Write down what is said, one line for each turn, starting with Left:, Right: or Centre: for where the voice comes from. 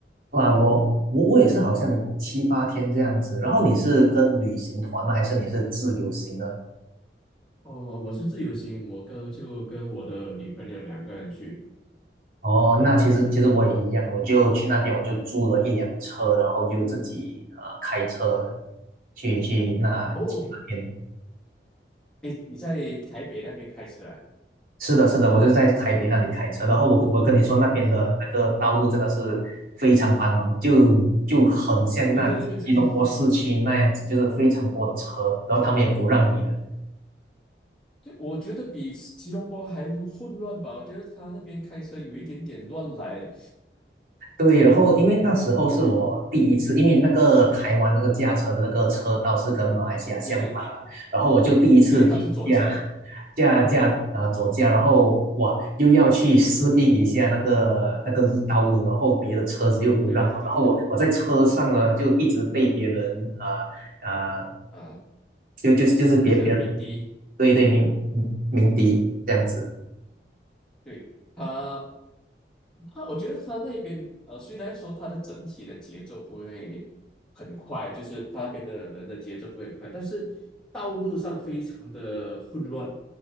Right: 哇，我我我也是好像七八天这样子。然后你是跟旅行团吗？还是你是自由行呢？
Centre: 哦，我是自由行，我跟就跟我的女朋友两个人去。
Right: 哦，那其实其实我也一样，我就去那边，我就租了一辆车，然后就自己呃开车去去那七八天。
Centre: 哦，你你在台北那边开车啊？
Right: 是的，是的，我就在台北那里开车，然后我跟我跟你说那边的那个道路真的是非常繁忙，
Centre: 哦，
Right: 就就很像那吉隆坡市区那样子，
Centre: 对对对对对对，
Right: 就是非常多的车，然后他们也不让你的。
Centre: 对，我觉得比吉隆坡还混乱吧？我觉得他那边开车有一点点乱来。
Right: 对，然后因为那时候是我第一次，因为那个台湾那个驾车的那个车道是跟马来西亚相反嘛，
Centre: 对对
Right: 然后我就第一次去驾
Centre: 对，他是左驾。
Right: 驾驾呃左驾，然后哇又要去适应一下那个那个道路，然后别的车子又不让我，
Centre: 对对对对对，
Right: 然后我我在车上呢就一直被别人啊啊、呃呃
Centre: 啊，
Right: 就就是就是别别人
Centre: 就是鸣笛。
Right: 对对鸣鸣鸣笛这样子。
Centre: 对他。啊，我觉得他那边呃，虽然说他的整体的节奏不会很快，就是他那边的人的节奏不会很快，但是道路上非常的混乱。